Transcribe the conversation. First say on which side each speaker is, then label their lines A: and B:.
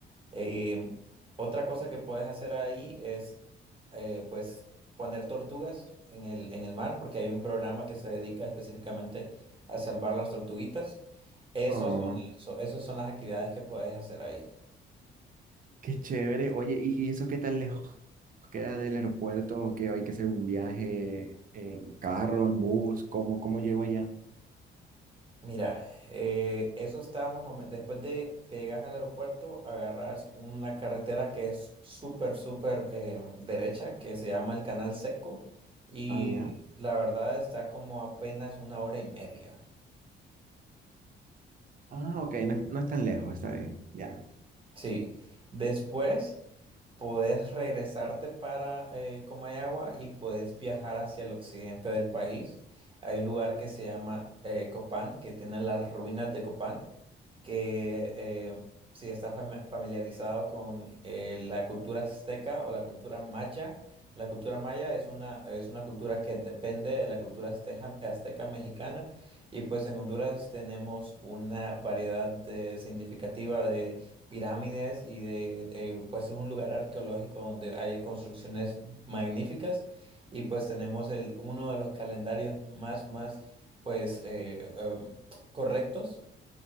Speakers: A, on the right; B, on the right.
A: Eh, otra cosa que puedes hacer ahí es eh, pues poner tortugas en el, en el mar porque hay un programa que se dedica específicamente a salvar las tortuguitas. Esos,
B: Oh,
A: son- esos son las actividades que puedes hacer ahí.
B: qué chévere. Oye, ¿y eso qué tan lejos queda del aeropuerto? ¿O qué hay que hacer un viaje en carro, en bus? ¿Cómo, cómo llego allá?
A: Mira, eh, eso está más o menos. Después de que llegas al aeropuerto, agarras una carretera que es súper, súper eh, derecha, que se llama el Canal Seco. Y
B: Ah, ya.
A: la verdad está como apenas una hora y media.
B: Ah, ok, no, es- no es tan lejos, está bien. Ya.
A: Sí. Después podés regresarte para eh, Comayagua y podés viajar hacia el occidente del país. Hay un lugar que se llama eh, Copán, que tiene las ruinas de Copán. que eh, si estás fami- familiarizado con eh, la cultura azteca o la cultura maya, la cultura maya es una, es una cultura que depende de la cultura azteja- azteca mexicana y pues en Honduras tenemos una variedad de- significativa de pirámides y de, de, pues es un lugar arqueológico donde hay construcciones magníficas y pues tenemos el, uno de los calendarios más, más pues eh, em, correctos